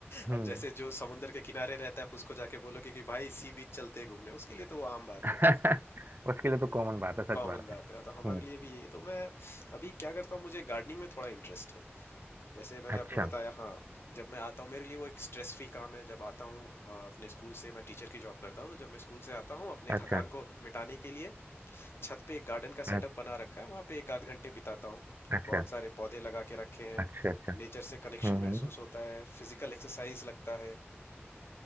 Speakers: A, on the right; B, on the left.
A: हम्म
B: अब जैसे जो समुंदर के किनारे रहता है आप उसको जाके बोलोगे कि भाई सी बीच चलते हैं घूमने उसके लिए तो वो आम बात
A: <laughs>
B: है
A: उसके लिए तो कॉमन बात है
B: कॉमन
A: सच बात
B: बात
A: है
B: है तो हमारे
A: हम्म
B: लिए भी यही है। तो मैं अभी क्या करता हूँ मुझे गार्डनिंग में थोड़ा इंटरेस्ट है जैसे मैंने
A: अच्छा
B: आपको बताया हाँ जब मैं आता हूँ मेरे लिए वो एक स्ट्रेस फ्री काम है जब आता हूँ अ, अपने स्कूल से मैं टीचर की जॉब करता हूँ तो जब मैं स्कूल से आता हूँ अपने
A: अच्छा
B: थकान को मिटाने के लिए छत पे एक गार्डन का
A: अच्छा
B: सेटअप बना रखा है वहाँ पे एक आध घंटे बिताता हूँ
A: अच्छा
B: बहुत सारे पौधे लगा के रखे हैं
A: अच्छा अच्छा
B: नेचर से कनेक्शन
A: हम्म
B: महसूस
A: हम्म,
B: होता है फिजिकल एक्सरसाइज लगता है